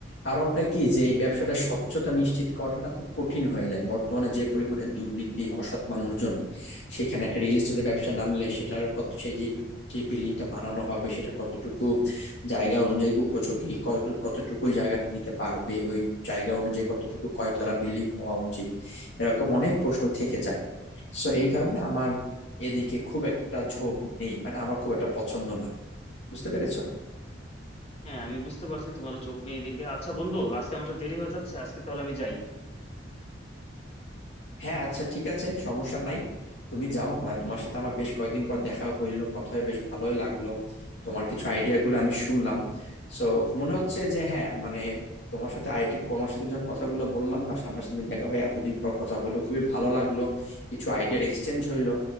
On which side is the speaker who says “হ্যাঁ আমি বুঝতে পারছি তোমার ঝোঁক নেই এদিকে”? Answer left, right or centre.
Left